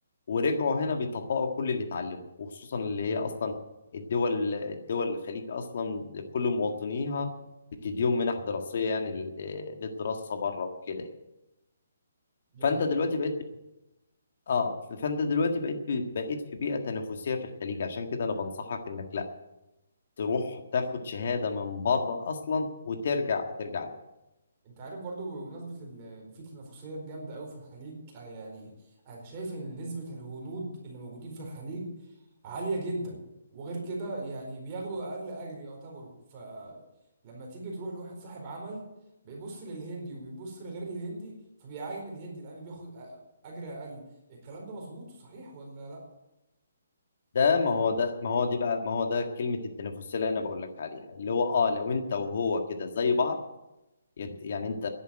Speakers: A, on the left; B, on the right.
A: ورجعوا هنا بيطبقوا كل اللي اتعلموه وخصوصا اللي هي أصلا الدول الدول الخليج أصلا لكل مواطنيها بتديهم منح دراسية يعني لل- للدراسة بره وكده يعني.
B: يعني
A: فانت دلوقتي بقيت اه فانت دلوقتي بقيت بقيت في بيئه تنافسيه في الخليج عشان كده انا بنصحك انك لا تروح تاخد شهاده من بره اصلا وترجع ترجع له
B: انت عارف برضو بمناسبة ال- ان في تنافسية جامدة قوي في الخليج انا يعني انا شايف ان نسبة الهنود اللي موجودين في الخليج عالية جدا وغير كده يعني بياخدوا اقل اجر يعتبروا فلما تيجي تروح لواحد صاحب عمل بيبص للهندي وبيبص لغير الهندي فبيعين الهندي لان بياخد أ- اجر اقل الكلام ده مظبوط صحيح ولا لا
A: ده ما هو ده ما هو دي بقى ما هو ده كلمه التنافسيه اللي انا بقول لك عليها اللي هو اه لو انت وهو كده زي بعض يت- يعني انت